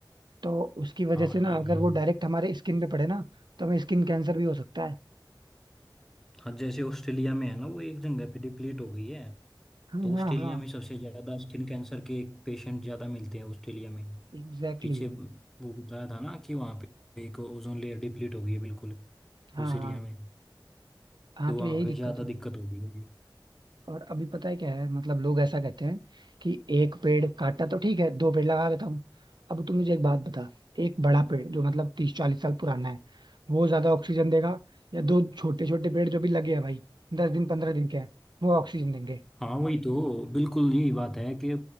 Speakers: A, on the right; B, in the centre.
A: तो उसकी वजह
B: हाँ
A: से ना
B: ये भी
A: अगर
B: है
A: वो डायरेक्ट हमारे स्किन पे पड़े ना तो हमें स्किन कैंसर भी हो सकता है
B: हाँ जैसे ऑस्ट्रेलिया में है ना वो एक जगह पे डिप्लीट हो गई है
A: हाँ
B: तो
A: हाँ
B: ऑस्ट्रेलिया
A: हाँ
B: में सबसे ज्यादा स्किन कैंसर के पेशेंट ज्यादा मिलते हैं ऑस्ट्रेलिया में
A: एग्जैक्टली
B: पीछे वो बताया था ना कि वहाँ पे एक ओजोन लेयर डिप्लीट हो गई है बिल्कुल
A: हाँ
B: उस एरिया
A: हाँ
B: में
A: हाँ
B: तो
A: तो
B: वहाँ
A: यही
B: पे
A: दिक्कत
B: ज्यादा
A: है
B: दिक्कत हो गई है
A: और अभी पता है क्या है मतलब लोग ऐसा कहते हैं कि एक पेड़ काटा तो ठीक है दो पेड़ लगा देता हूँ अब तू मुझे एक बात बता एक बड़ा पेड़ जो मतलब तीस चालीस साल पुराना है वो ज्यादा ऑक्सीजन देगा या दो छोटे छोटे पेड़ जो भी लगे हैं भाई दस दिन पंद्रह दिन के हैं वो ऑक्सीजन देंगे
B: हाँ वही तो बिल्कुल यही बात है कि